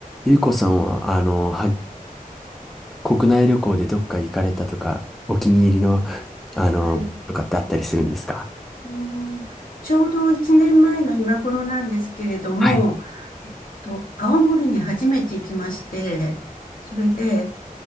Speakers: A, in the centre; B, on the left.
A: ゆうこさんは、あの、は、国内旅行でどっか行かれたとか、お気に入りの、あの、
B: はい。
A: とかってあったりするんですか
B: うーん、ちょうど1年前の今頃なんですけれども、
A: はい。
B: えっと、青森に初めて行きまして、それで、